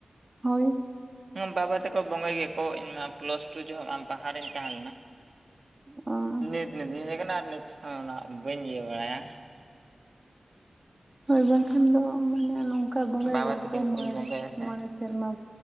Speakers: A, on the right; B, on the right.
A: ᱦᱳᱭ
B: ᱵᱟᱵᱟ ᱛᱮᱠᱚ ᱵᱚᱸᱜᱟᱭ ᱜᱮᱭᱟᱠᱚ ᱤᱧ ᱢᱟ ᱯᱞᱟᱥ ᱴᱩ ᱡᱚᱠᱷᱚᱠ ᱢᱟ ᱵᱟᱦᱟ ᱨᱮᱧ ᱛᱟᱦᱮᱸ ᱞᱮᱱᱟ
A: ᱚ
B: ᱱᱤᱛ ᱱᱤᱛ ᱦᱮᱡᱽ ᱠᱟᱱᱟ ᱟᱨ ᱱᱤᱛ ᱦᱟᱸᱜ ᱵᱟᱹᱧ ᱤᱭᱟᱹ ᱵᱟᱲᱟᱭᱟ
A: ᱦᱳᱭ ᱵᱟᱝᱠᱷᱟᱱ ᱫᱚ ᱢᱟᱱᱮ ᱱᱚᱝᱠᱟ ᱵᱚᱸᱜᱟᱭ
B: ᱵᱟᱵᱟ
A: ᱜᱮᱭᱟ
B: ᱛᱟᱹᱠᱤᱱ
A: ᱠᱚ ᱢᱚᱬᱮᱸ
B: ᱠᱤᱱ ᱵᱚᱸᱜᱟᱭᱟ ᱥᱮ
A: ᱢᱚᱬᱮᱸ ᱥᱮᱸᱨᱢᱟ